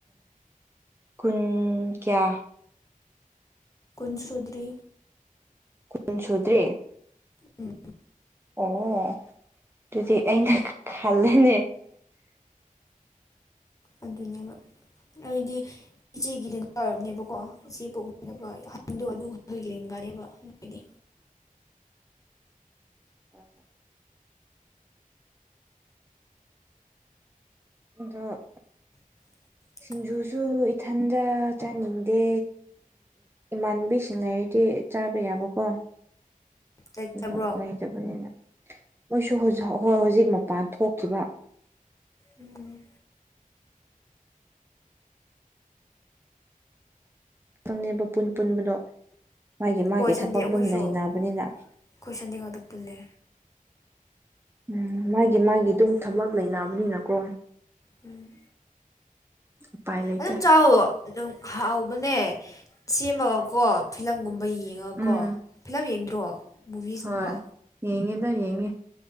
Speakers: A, on the right (about 15°); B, on the left (about 20°).
A: ꯀꯨꯟ ꯀꯌꯥ
B: ꯀꯨꯟ ꯁꯨꯗ꯭ꯔꯤ
A: ꯀꯨꯟ ꯁꯨꯗ꯭ꯔꯦ
B: ꯎꯝ
A: ꯑꯣ ꯑꯗꯨꯗꯤ ꯑꯩꯅ ꯈꯜꯂꯅꯦ
B: ꯑꯗꯨꯅꯦꯕ ꯑꯩꯗꯤ ꯏꯆꯦꯒꯤ ꯂꯦꯡꯗꯥ ꯑꯣꯏꯔꯝꯅꯦꯕꯀꯣ ꯏꯆꯦ ꯄꯣꯛꯃꯤꯅꯕ ꯗ ꯑꯗꯨꯒ ꯍꯣꯏ ꯂꯤꯡꯒꯅꯦꯕ ꯑꯗꯨꯗꯤ
A: ꯑꯣ ꯍꯣꯏꯖ ꯑ
B: <unintelligible>
A: ꯁꯤꯡꯖꯨꯁꯨ ꯏꯊꯟꯗ ꯆꯥꯅꯤꯡꯗꯦ ꯏꯃꯥꯟꯕꯤꯁꯤꯡ ꯂꯩꯔꯗꯤꯚ ꯆꯥꯕ ꯌꯥꯕꯀꯣ
B: ꯂꯩꯇꯕ꯭ꯔꯣ
A: ꯑ ꯂꯩꯇꯕꯅꯤꯅ ꯃꯣꯏꯁꯨ ꯍꯧꯖꯤꯛ ꯃꯄꯥꯟ ꯊꯣꯛꯈꯤꯕ
B: ꯎꯝ
A: ꯪꯅꯦꯕ ꯄꯨꯟ ꯄꯨꯟꯕꯗꯣ ꯃꯥꯒꯤ ꯃꯥꯒꯤ
B: ꯍꯣꯏ ꯁꯟꯗꯦ
A: ꯊꯕꯛ
B: ꯑꯩꯈꯣꯏꯁꯨ
A: ꯑꯗꯨꯨꯝ ꯅꯩꯅꯅꯕꯅꯤꯅ
B: ꯑꯩꯈꯣꯏ ꯁꯟꯗꯦ ꯉꯥꯛꯇ ꯄꯨꯜꯂꯦ
A: ꯎꯝ ꯃꯥꯒꯤ ꯃꯥꯒꯤ ꯑꯗꯨꯝ ꯊꯕꯛ ꯂꯩꯅꯕꯅꯤꯅꯀꯣ
B: ꯎꯝ
A: ꯎꯄꯥꯏ ꯂꯩꯇꯦ
B: ꯑꯗꯨꯝ ꯆꯥꯎꯣ ꯍꯧꯕꯅꯦ ꯁꯦꯝꯃꯒꯀꯣ ꯐꯤꯂꯝꯒꯨꯝꯕ ꯌꯦꯡꯉꯀꯣ
A: ꯎꯝ
B: ꯐꯤꯂꯝ ꯌꯦꯡꯗ꯭ꯔꯣ ꯃꯨꯚꯤꯁꯀꯨꯝꯕ
A: ꯍꯣꯏ ꯌꯦꯡꯉꯦꯗ ꯌꯦꯡꯉꯦ